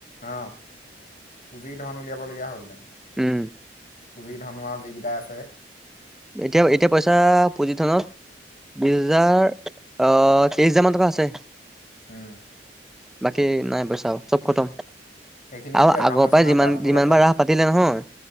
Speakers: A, on the left; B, in the centre.
A: অ', পুজি ধন উলিয়াবলগীয়া হ'লহেতেন।
B: উম
A: পুঁজি ধনু আও যিকেইটা আছে।
B: এতিয়া- এতিয়া পইচা পুঁজি ধনত বিছ হাজাৰ আ তেইছ হাজাৰ মান টকা আছে।
A: উম্।
B: বাকী নাই পইচাও, চব খতম।
A: সেইখিনিতো
B: আৰু
A: একাউণ্ট
B: আগৰ
A: আছে
B: পৰাই
A: ন
B: যিমান
A: পাছবুক
B: যিমানবাৰ
A: আছে
B: ৰাস পাতিলে নহয়